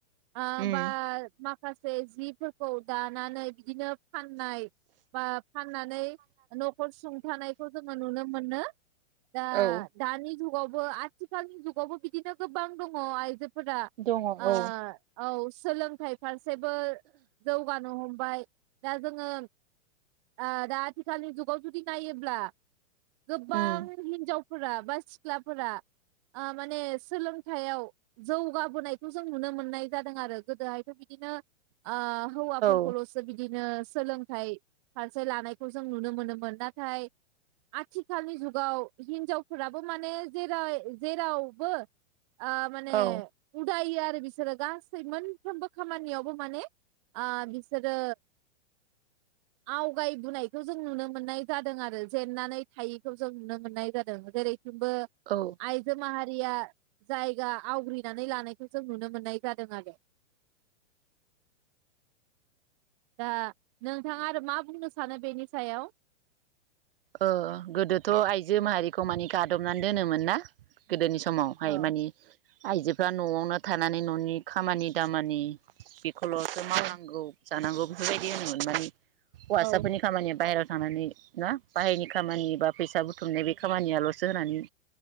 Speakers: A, on the right (about 25°); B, on the right (about 50°).
A: ओ
B: उम
A: बा मा खासे जिफोरखौ दानानै बिदिनो फाननाय बा फाननानै नखर सुंथानायखौ जोङो नुनो मोनो दा
B: औ
A: दानि जुगावबो आथिखालनि जुगावबो बिदिनो गोबां दङ आइजो फौरा
B: दङ औ
A: ओ औ सोलोंथाइ फारसे सेबो जौगानो हम बाय दा जोङो ओ दा आथिखालनि जुगाव जुदि नायोब्ला गोबां
B: उम
A: हिनजावफोरा बा सि ख्लाफोरा ओ माने सोलोंथाइयाव जौगाबोनायखौ जों नुनो मोननाय जादों आरो गोदोहायथ' बि दिनो ओ हौवाफोरखौलसो
B: औ
A: बिदि ओ सोलोंथाइ फारसे लानायखौ जों नुनो मोनोमोन नाथाय आथिखालनि जुगाव हिनजावफोराबो माने जेरै- जेरावबो आ माने
B: औ
A: उदायो आरो बिसोरो गासै मोनफ्रोमबो खामानियावबो माने ओ बिसोरो आवगायबोनायखौ जों नुनो मोननाय जादों आरो जेननानै थायिखौ जों नुनो मोननाय जादों जेरै थिंबो
B: औ
A: आइजो माहा या जायगा आवग्रिनानै लानायखौ जों नुनो मोननाय जादों आरो। दा नोंथाङा आरो मा बुंनो सानो बेनि सायाव?
B: ओ गोदोथ' आइजो माहारिखौ मानि गादबनानै दोनोमोन ना? गोदोनि समावहाय
A: औ
B: मानि आइजोफ्रा नआवनो थानानै ननि खामानि दामानि बे खौलसो मावनांगौ
A: औ
B: । जानांगौ बेफोरबायदि होनोमोन माने। हौवासाफोरनि
A: औ
B: खामानिया बाहेरायाव थानानै ना। बाहायनि खामानि बा फैसा बुथुमनाय बे खामानियालसो होनानै